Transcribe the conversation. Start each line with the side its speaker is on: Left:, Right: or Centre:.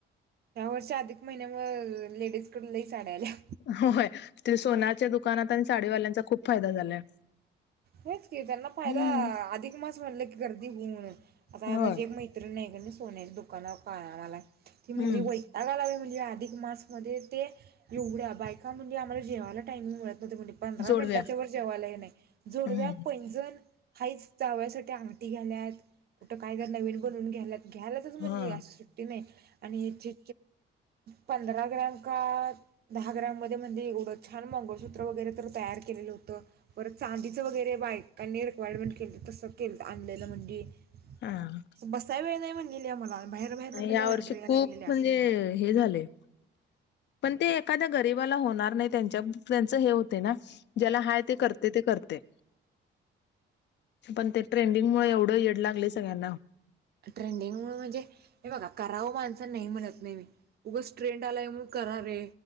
Right: ह्या वर्षी अधिक महिन्या मुळ लेडीज कड लई साड्या आल्या
Left: होय ते सोनच्या दुकानात आणि साडीवाल्यांचा खूप फायदा झालाय.
Right: होयच की त्यांना फायदा
Left: हम्म
Right: अधिक मास म्हटलं की गर्दी हूं म्हणून, आता
Left: होय
Right: माझी एक मैत्रीण हाय क नई सोन्याच्या दुकानावर कामालाय, ती म्हणली
Left: हम्म
Right: वैताग ग आलाय बई जे अधिक मासमध्ये ते एवढ्या बायका म्हणजे आम्हाला जेवायला टाइमिंग मिळत म्हणे पंधरा
Left: जोडव्या
Right: मिनिटच्या वर जेवाला हे नाय जोडव्या
Left: हम्म
Right: पैंजण हाईच, जावया साठी आंगठी घ्याल्यात. कुठं काय तर नवीन बनवून घ्यायलात घ्यायलाच म्हणली
Left: हा
Right: अशी सुट्टी नाई आणि ती पंधरा ग्रॅम का दहा ग्रॅम मध्ये म्हणली उडत छान मंगळसूत्र वगैरे तर तयार केलेलं होतं. परत चांदीचं वगैरे बायकांनी रिक्वायरमेंट केलं तसं केलं आणल्यालं म्हणली. अस
Left: हा
Right: बसाय वेळ नाय म्हणलेली आम्हाला. बाहेर बाहेरनं म्हणजे
Left: या
Right: ऑर्डर
Left: वर्षी
Right: यायला
Left: खूप
Right: लागलेल्या
Left: म्हणजे हे झालय पण ते एखाद्या गरीबाला होणार नाइ त्यांच्या त्यांच हे होतय ना ज्याला हाय ते
Right: होय.
Left: करतय ते करतय. पण ते ट्रेंडिंग मुळ एवढं येड लागलय सगळ्यांना.
Right: ट्रेंडिंग मुळ म्हणजे? हे बघा करावं माणसांन नाइ म्हणत नाइ मी उगंच ट्रेंड आलाय करा रे